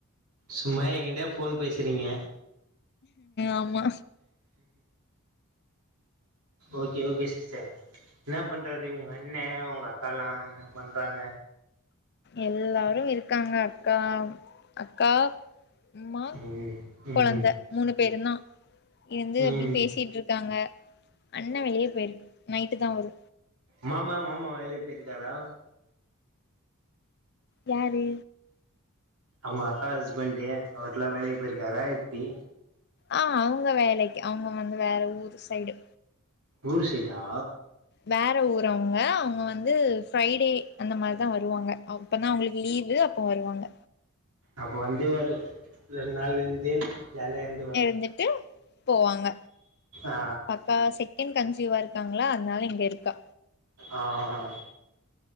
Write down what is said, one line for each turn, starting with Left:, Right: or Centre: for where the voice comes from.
Right: சும்மா எங்கிட்ட போன் பேசுறீங்க
Left: ஆமா
Right: ஓகே ஓகே சிஸ்டர் ன்னா பண்றது உங்க அண்ண உங்க அக்காலா என்ன பண்றாங்க
Left: எல்லாரு இருக்காங்க அக்கா அக்கா அம்மா
Right: ம் ம்
Left: கொழந்த மூணு பேருந்தா இருந்து
Right: ம்
Left: அப்டி பேசிட்டு இருக்காங்க அண்ணே வெளிய போயிருக் நைட்டு தா வரு
Right: மாமா மாமா வேலைக் போயிருக்காரா
Left: யாரு
Right: அ வுங்க அக்கா ஹஸ்பண்டு அவர்லா வேலைக்கு போயிருக்காரா எப்டி
Left: ஆ அவுங்க வேலைக்கி அவுங்க வந்து வேற ஊரு சைய்டு
Right: ஊர் சைய்டா
Left: வேற ஊர் அவுங்க அவுங்க வந்து ஃபிரை டே அந்த மாரி தா வருவாங்க அப்ப தா அவ்ங்களுக்கு லீவு அப்ப வருவாங்க
Right: அப்ப வந்து ஒரு ரெண்ட் நாள் இருந்து ஜாலியா இருந்
Left: இருந்துட்டு போவாங்க
Right: ஆ
Left: அக்கா செகண்ட் கன்சியூவா இருக்காங்களா அதனால இங்க இருக்கா
Right: ஆ ஆ